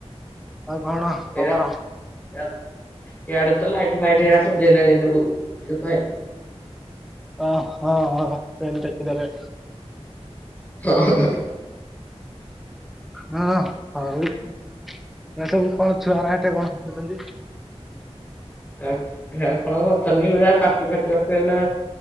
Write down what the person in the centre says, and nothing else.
ଆଉ କଣ?
ଖବର?
ଓ ହୋ ଟ୍ରେନ ଟେକିଦେଲେ।
ହଁ ହଉ ଏ ସବୁ କଣ ଛୁଆରା ଏଠେଇ କଣ ହୋଉଛନ୍ତି।